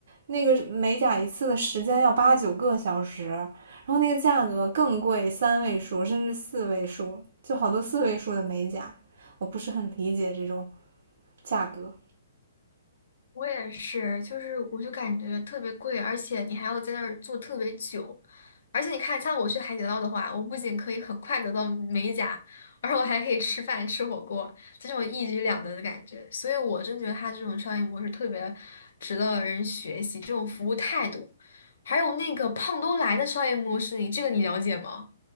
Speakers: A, on the right; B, on the left.
A: 那个美甲一次的时间要八九个小时，然后那个价格更贵，三位数甚至四位数，就好多四位数的美甲，我不是很理解这种。价格。
B: 我也是，就是我就感觉特别贵，而且你还要在那儿坐特别久，而且你看，像我去海底捞的话，我不仅可以很快得到美甲，而我还可以吃饭吃火锅，这种一举两得的感觉。所以我真觉得他这种商业模式特别值得人学习，这种服务态度，还有那个胖东来的商业模式，你这个你了解吗？